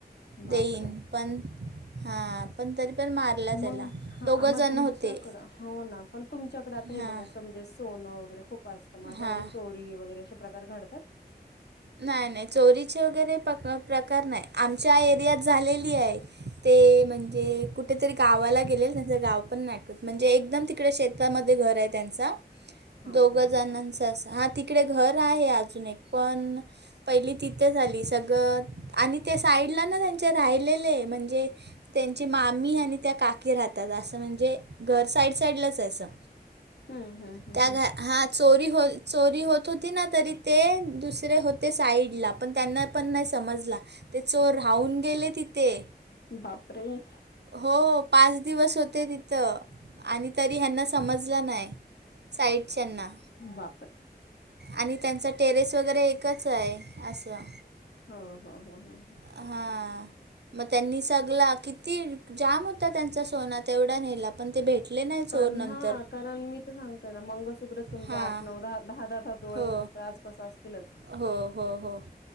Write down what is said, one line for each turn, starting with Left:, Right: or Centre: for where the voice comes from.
Left: बापरे
Right: देईन पण हा पण तरी पण मारला त्याला
Left: मग हा
Right: दोघं
Left: मग
Right: जण
Left: तुमच्याकडं
Right: होते.
Left: हो ना पण तुमच्याकडे आता हे
Right: हां
Left: बघ अस म्हणजे सोनं वगैरे खूप असतं माझ्या
Right: हां
Left: घरी चोरी वगैरे अशा प्रकार घडतात.
Right: नाय नाय चोरीचे वगैरे प प्रकार नाही आमच्या एरियात झालेली आहे. ते म्हणजे कुठेतरी गावाला गेले त्यांचं गाव पण नाही आठवत. म्हणजे एकदम तिकडे शेतामध्ये घर आहे त्यांचा
Left: हा
Right: दोघ
Left: हा
Right: जणांचा
Left: हा
Right: असं हा तिकडे घर आहे अजून एक पण पहिली तिथे झाली सग आणि ते साईडला ना त्यांचे राहिलेले म्हणजे त्यांचे मामी आणि त्या काकी राहतात असं म्हणजे घर साईड साईडलाच आहे असं
Left: हम्म हम्म हम्म
Right: त्या
Left: हम्म
Right: घ हा चोरी हो चोरी होत होती ना तरी ते दुसरे हो ते साईडला पण त्यांना पण नाही समजला ते चोर राहून गेले तिथे.
Left: बापरे.
Right: हो पाच दिवस होते तिथ आणि तरी ह्यांना समजलं नाय साईड च्याना
Left: बापरे
Right: आणि त्यांचा टेरेस वगैरे एकच आहे असं.
Left: हो हो हो हो हो.
Right: हां मग त्यांनी सगला किती जाम होता त्यांचा सोना तेवढा नेला पण ते भेटले नाही चोर
Left: कारण
Right: नंतर
Left: मी तर सांगते ना मंगळसूत्र तुमच्या
Right: हां
Left: आठ, नऊ, दहा दहा दहा, तोळ्याच्या
Right: हो
Left: आसपास असतीलच.
Right: हो हो हो.